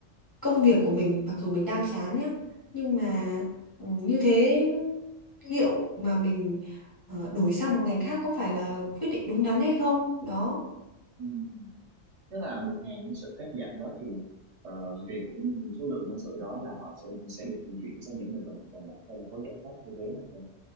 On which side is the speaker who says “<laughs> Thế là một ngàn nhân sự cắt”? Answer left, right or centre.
Right